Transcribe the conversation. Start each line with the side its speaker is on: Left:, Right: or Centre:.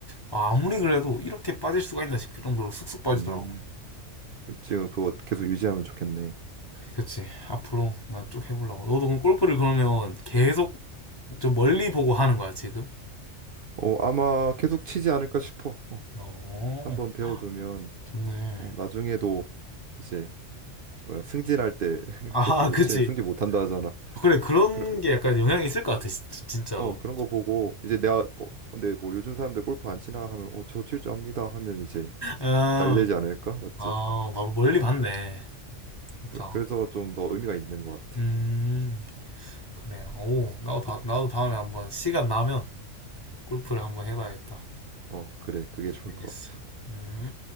Left: 아, 아무리 그래도 이렇게 빠질 수가 있나 싶을 정도로 쑥쑥 빠지더라고.
Right: 음. 지금 그거 계속 유지하면 좋겠네.
Left: 그치. 앞으로 난 쭉 해보려고. 너도 그럼 골프를 그러면 계속 좀 멀리 보고 하는 거야, 지금?
Right: 어, 아마 계속 치지 않을까 싶어. 어.
Left: 어,
Right: 한번 배워두면,
Left: 좋네.
Right: 어, 나중에도 이제, 뭐야, 승진할 때 <laughs>
Left: 아,
Right: 골프 못
Left: <laughs> 그치.
Right: 치면 승진 못 한다 하잖아.
Left: 그래, 그런
Right: <laughs> 그런,
Left: 게 약간 영향이
Right: 어,
Left: 있을 것 같아, 진- 진짜로.
Right: 어, 그런 거 보고, 이제 내가, 어, 근데 뭐 요즘 사람들 골프 안 치나 하면, 어, 저 칠 줄 압니다 하면 이제
Left: 음,
Right: 잘 되지 않을까? 맞지?
Left: 아, 막 멀리
Right: 어.
Left: 봤네. 그러니까.
Right: 그, 래서 좀 더 의미가 있는 것 같아.
Left: 음. 그래. 오, 나도 다, 나도 다음에 한번 시간 나면 골프를 한번 해봐야겠다.
Right: 어, 그래. 그게 좋을
Left: 알겠어.
Right: 것 같아.
Left: 음.